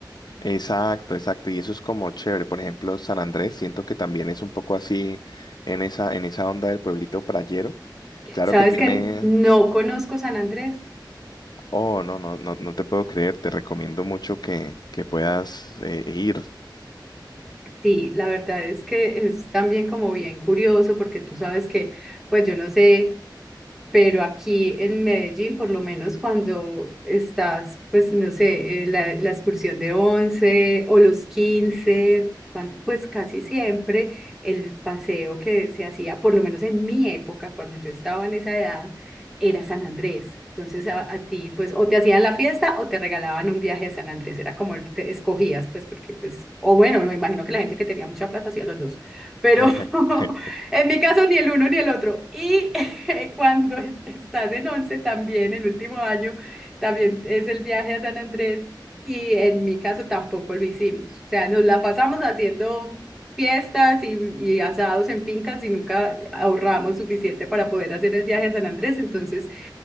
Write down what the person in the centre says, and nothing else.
¿Sabes
que no conozco San Andrés?
Sí, la verdad es que es también como bien curioso porque tú sabes que, pues yo no sé. Pero aquí en Medellín, por lo menos cuando estás, pues no sé, en la, la excursión de 11 o los 15 cuando, pues casi siempre el paseo que se hacía, por lo menos en mi época, cuando yo estaba en esa edad, era San Andrés. Entonces a, a ti, pues o te hacían la fiesta o te regalaban un viaje a San Andrés, era como el- te escogías, pues porque, pues, o bueno, me imagino que la gente que tenía mucha plata hacía los dos, pero
<laughs> en mi caso ni el uno ni el otro. Y <laughs> Cuando estás en once también, el último año, también es el viaje a San Andrés y en mi caso tampoco lo hicimos. O sea, nos la pasamos haciendo fiestas y, y asados en fincas y nunca ahorramos suficiente para poder hacer el viaje a San Andrés. Entonces,